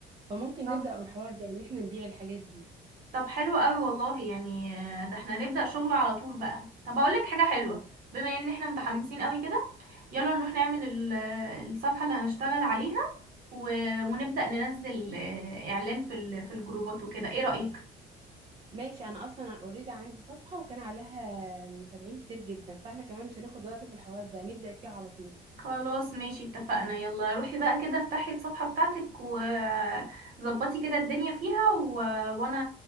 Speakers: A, on the right (about 35°); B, on the right (about 60°).
A: فممكن
B: اه
A: نبدا بالحوار ده ان احنا نبيع الحاجات دي
B: طب حلو قوي والله يعني آه، ده احنا نبدأ شغل على طول بقى طب اقول لك حاجة حلوة بما ان احنا متحمسين قوي كده يلا نروح نعمل ال- آه، الصفحة اللي هنشتغل عليها و... ونبدأ ننزل آه، اعلان في ال... في الجروبات وكده ايه رأيك
A: ماشي انا اصلا اوريدي عندي صفحه وكان عليها متابعين كتير جدا فاحنا كمان مش هناخد وقت في الحوار ده نبدا فيه على طول
B: خلاص ماشي اتفقنا يلا روحي بقى كده افتحي الصفحة بتاعتك وظبطي كده الدنيا فيها و... وانا